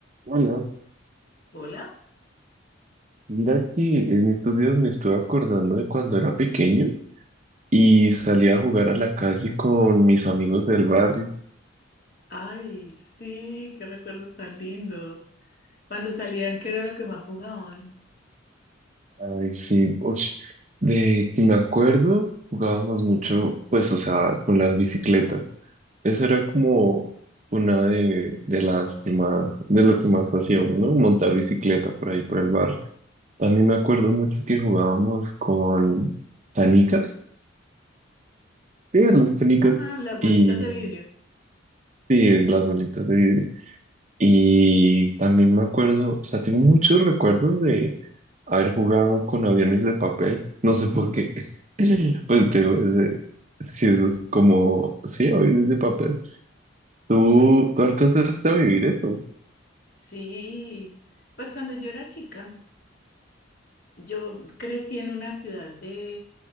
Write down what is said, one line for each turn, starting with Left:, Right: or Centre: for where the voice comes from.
Right: Hola,
Left: Hola.
Right: mira que en estos días me estuve acordando de cuando era pequeño y salía a jugar a la calle con mis amigos del barrio.
Left: Ay, sí, qué recuerdos tan lindos. Cuando salían, ¿qué era lo que más jugaban?
Right: Ay, sí, ush, de que me acuerdo, jugábamos mucho, pues, o sea, con las bicicletas. Esa era como una de, de las que más, de lo que más hacíamos, ¿no? Montar bicicleta por ahí, por el barrio. También me acuerdo mucho que jugábamos con canicas, sí, a las canicas.
Left: Ah, las bolitas
Right: Y
Left: de vidrio.
Right: sí, las bolitas de, Y también me acuerdo, o sea, tengo muchos recuerdos de haber jugado con aviones de papel. No sé por qué. <laughs> Pues te digo, es de- si esos como, sí, aviones de papel. ¿Tú,
Left: Uy,
Right: tú alcanzaste a vivir eso?
Left: sí. Pues cuando yo era chica, yo crecí en una ciudad de